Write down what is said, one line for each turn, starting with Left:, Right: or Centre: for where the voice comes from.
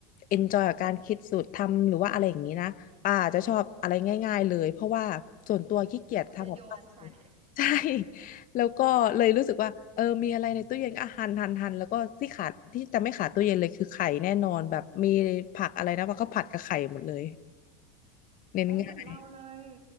Left: เอนจอยกับการคิดสูตรทำหรือว่าอะไรอย่างนี้นะป่าจะชอบอะไรง่ายๆเลยเพราะว่าส่วนตัวขี้เกียจทำกับข้าว
Right: อ๋อโยนโยนใส่
Left: <laughs> ใช่แล้วก็เลยรู้สึกว่าเออมีอะไรในตู้เย็นก็หั่นหั่นหั่นแล้วก็ที่ขาดที่จะไม่ขาดตู้เย็นเลยคือไข่แน่นอนแบบมีผักอะไรนะว่าก็ผัดกับไข่หมดเลยเน้นง่าย
Right: อ๋อเหมือนเราเลย